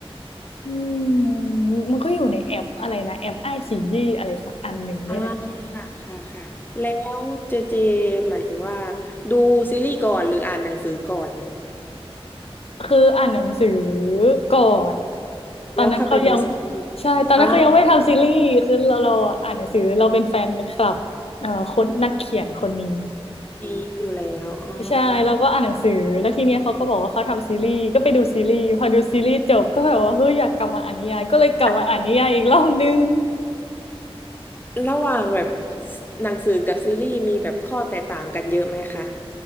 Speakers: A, on the left (about 75°); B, on the left (about 20°).
A: อืมมันก็อยู่ในแอปอะไรนะแอปไอซียี่อะไรสักอันหนึ่งนี่แหละ
B: อ่าค่ะค่ะค่ะ แล้วเจเจหมายถึงว่าดูซีรีส์ก่อนหรืออ่านหนังสือก่อน
A: คืออ่านหนังสือก่อนตอนนั้นเขายัง
B: แล้วค่อยไปดูซีรีส์
A: ใช่ตอนนั้นเขายังไม่ทำซีรีส์คือเราเราอ่านหนังสือเราเป็นแฟนคลับเอ่อคนนักเขียนคนนี้
B: อ่อมีอยู่แล้วอ๋อ
A: ใช่แล้วก็อ่านหนังสือแล้วทีเนี้ยเขาก็บอกว่าเขาทำซีรีส์ก็ไปดูซีรีส์พอดูซีรีส์จบก็แบบว่าเฮ้ยอยากกลับมาอ่านนิยายก็เลยกลับมาอ่านนิยายอีกรอบนึง
B: อ่ะระหว่างแบบหนังสือกับซีรีส์มีแบบข้อแตกต่างกันเยอะไหมคะ